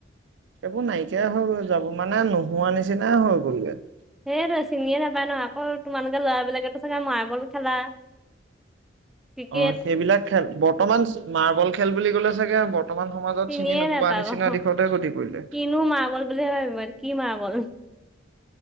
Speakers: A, on the right; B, in the centre.
A: এইবোৰ নাইকিয়া হৈ গল যাব মানে নোহোৱা নিচিনা হৈ গলে
B: এইেইটোো চিনিয়ে নাপায় ন আকৌ তোমালোকে লৰাবিলাকেতো চাগে মাৰ্বল খেলা ক্ৰিকেট
A: অ সেইবিলাক খেল বৰ্তমান মাৰ্বল খেল বুলি ক'লে চাগে বৰ্তমান সমাজত
B: চিনিয়ে
A: চিনি নোপোৱা
B: নাপাব
A: নিচিনা
B: অ
A: দিশতে গতি কৰিলে
B: কিনো মাৰ্বল বুলিহে ভাবিব কি মাৰ্বল